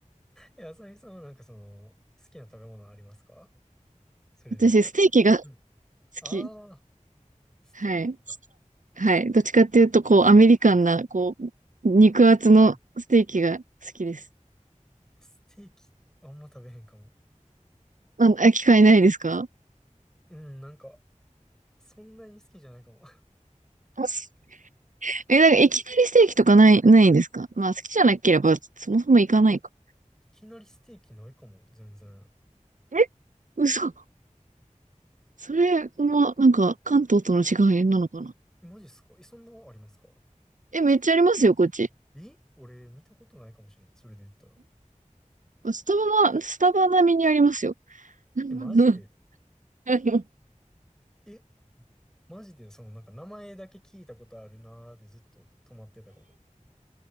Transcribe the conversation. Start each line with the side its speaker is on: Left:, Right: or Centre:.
Centre: え、あさみさんはなんかその、好きな食べ物ありますか
Right: <laughs>
Centre: それで言ったら。
Right: 私、ステーキが好
Centre: うん。ああ、
Right: き。
Centre: ステーキか。
Right: はい。はい。どっちかっていうと、こう、アメリカンな、こう、肉厚のステーキが好きです。
Centre: うんステーキ、あんま食べへんかも。
Right: あ、あ機会ないですか
Centre: うん、なんか、そんなに好きじゃないかも。<laughs>
Right: あす <laughs> え、なんか、いきなりステーキとかない、ないんですかまあ、好きじゃなければ、そもそも行かないか。
Centre: いきなりステーキないかも、全然。
Right: え嘘。それは、なんか、関東との違いなのかな
Centre: えマジっすかえ、そんなありますか
Right: え、めっちゃありますよ、こっち。
Centre: え俺、見たことないかもしれん。それで言ったら。
Right: スタバは、スタバ並みにありますよ。<laughs>
Centre: え、マジで
Right: えー、
Centre: え、マジで、その、なんか、名前だけ聞いたことあるなーでずっと止まってたかも。